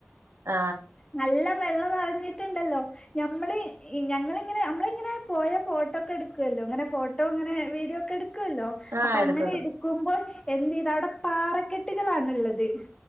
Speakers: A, on the right; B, on the left.
A: ആ
B: നല്ല വെള്ളം നിഞ്ഞിട്ടുണ്ടല്ലോ നമ്മള് ഞങ്ങിങ്ങനെ നമ്മള ഇങ്ങനെ പോയ ഫോട്ടോ ഒക്കെ എടുക്കല്ലോ അങ്ങനെ ഫോട്ടോ അങ്ങനെ വീഡിയോ ഒക്കെ എടു കല്ലോ
A: ആ ആ
B: അപ്പൊ
A: എടുക്കും
B: അങ്ങനെ
A: എടുക്കും
B: എടുക്കുമ്പോ എന്ത് ചെയ്ത് അവിടെ പാറക്കെട്ടുകളൾണുള്ളത്